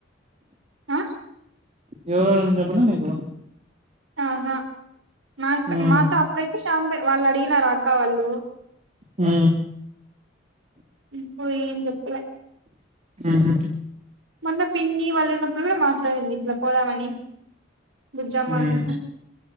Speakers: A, on the right (about 75°); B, on the right (about 35°).
A: ఆ
B: ఎవరేం చెప్పనా నీకు
A: ఆహా నాక్
B: మ్మ్
A: మాతో అప్పుడైతే శాంత వాళ్ళు అడిగినారు అక్క వాళ్ళు
B: మ్మ్
A: మ్మ్ పోయిందిప్పులే
B: మ్మ్మ్
A: మొన్న పిన్నీ వళ్ళీనప్పుడు మాత్ విట్ల వీట్ల పోదామని బుజ్జమ్మ
B: మ్మ్
A: అందుకు